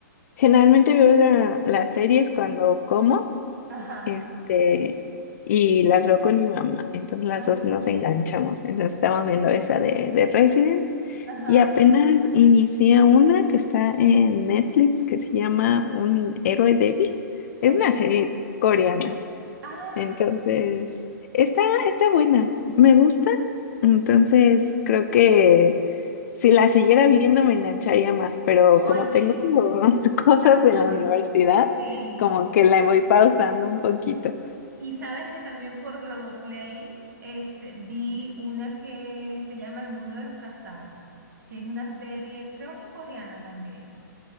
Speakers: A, on the left; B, on the right.
A: generalmente veo la, las series cuando como,
B: Ajá.
A: este, y las veo con mi mamá. Entonces las
B: Ah,
A: dos nos enganchamos. Entonces estamos viendo esa de, de Resident
B: ajá.
A: y apenas inicié una que está en Netflix que se llama Un héroe débil. Es
B: Ok.
A: una serie coreana.
B: Ah,
A: Entonces, está, está buena, me gusta. Entonces, creo que si la siguiera viendo me engancharía más, pero
B: oye.
A: como tengo <laughs> cosas
B: Ajá.
A: de la universidad,
B: Sí,
A: como que la voy pausando un poquito.
B: Y sabes que también por Globoplay este, vi una que se llama El Mundo de los Casados, que es una serie, creo que coreana también.